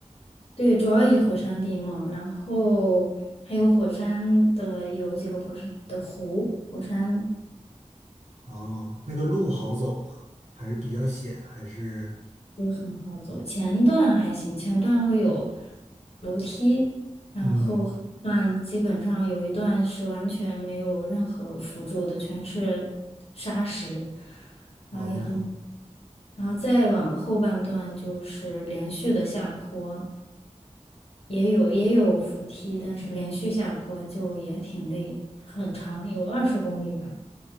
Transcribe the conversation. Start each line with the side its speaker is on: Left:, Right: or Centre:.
Left: 对，主要以火山地貌，然后还有火山的有几个火山的湖，火山。
Right: 哦，那个路好走吗？还是比较险？还是
Left: 就很好走。前段还行，前段会有楼梯，然后后段基本上有一段是完全没有任何辅助的，
Right: 嗯，
Left: 全是沙石，然后也很，
Right: 哦，
Left: 然后再往后半段就是连续的下坡，也有也有扶梯，但是连续下坡就也挺累，很长，有二十公里吧。